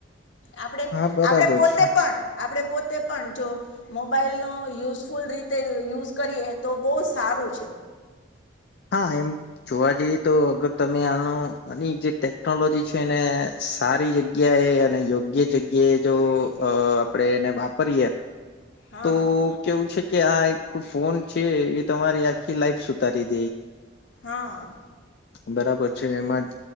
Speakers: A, on the left; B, on the left.
A: આપણે
B: હા બરાબર
A: આપણેે પોતે
B: છે
A: પણ આપણે પોતે પણ જો મોબાઈલ ન યુઝફુલ રીતે યુઝ કરીએ, તો બહુ સારું છે.
B: હા એમ જોવા જઈએ, તો અગર તમે આનો આની જે ટેકનોલોજી છે એને સારી જગ્યા એ અને યોગ્ય જગ્યાએ જો આપણેે એને વાપરીએ,
A: હા
B: તો કેવું છે કે આ એક ફોન છે એ તમારી આખી લાઈફ સુધારી છે.
A: હા.
B: બરાબર છે એમાં